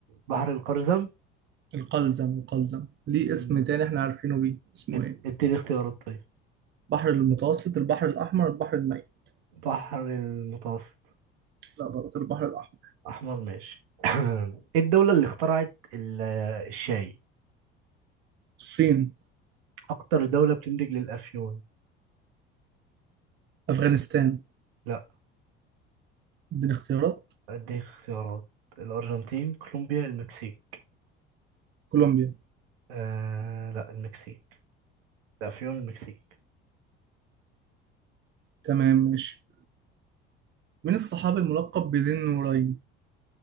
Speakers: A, on the right; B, on the right.
A: بحر القرزم
B: القلزم القلزم ليه
A: مم.
B: اسم تاني إحنا عارفينه بيه اسمه
A: اد-
B: إيه؟
A: اديني اختيارات طيب
B: بحر المتوسط البحر الأحمر البحر الميت
A: بحر المتوسط
B: لا غلط البحر الأحمر
A: احمر ماشي <coughs> <clears throat> ايه الدولة اللي اخترعت ال- الشاي
B: الصين
A: اكتر دولة بتنتج للافيون
B: أفغانستان
A: لا
B: اديني اختيارات
A: اديك اختيارات الارجنتين كولومبيا المكسيك
B: كولومبيا
A: آه لا المكسيك لا فيون المكسيك
B: تمام ماشي من الصحابي الملقب بذي النورين؟